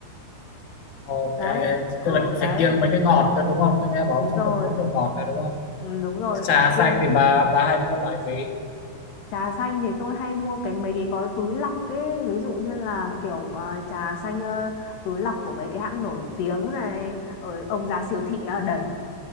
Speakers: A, on the left (about 50°); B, on the left (about 70°).
A: ok
B: đấy ừ
A: tức là
B: đấy
A: phải kiêng mấy cái ngọt thôi đúng không tôi nghe bảo
B: đúng
A: không
B: rồi
A: được uống đồ ngọt là đúng không
B: ừ, đúng rồi
A: trà
B: kiêng
A: xanh thì bà bà hay mua loại gì
B: trà xanh thì tôi hay mua cái mấy cái gói túi lọc ấy ví dụ như là kiểu ờ, trà xanh ờ, túi lọc của mấy cái hãng nổi tiếng này ở ông già siêu thị ờ, đầy